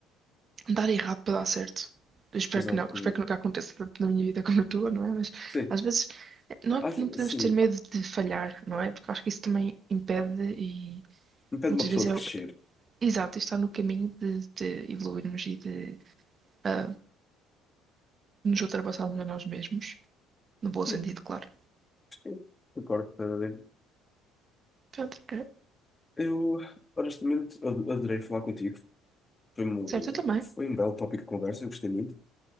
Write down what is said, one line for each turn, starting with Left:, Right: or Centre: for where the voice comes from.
Right: Dar errado para dar certo. Eu espero
Left: Exato,
Right: que não, espero
Left: exato.
Right: que nunca aconteça tanto na minha vida como na tua, não é? Mas
Left: Sim,
Right: às vezes eh, não, é-
Left: acho,
Right: não podemos
Left: sim,
Right: ter medo de falhar, não é? Porque eu acho que isso também impede e
Left: impede
Right: muitas
Left: uma pessoa
Right: vezes
Left: de crescer.
Right: é, o- exato, está no caminho de, de evoluirmos e de ah, nos ultrapassarmos a nós mesmos, no bom
Left: Sim,
Right: sentido, claro.
Left: sim. Concordo, plenamente.
Right: Pronto, é.
Left: Eu, honestamente, ad- adorei falar contigo. Foi um,
Right: certo, eu também.
Left: foi um belo tópico de conversa, eu gostei muito.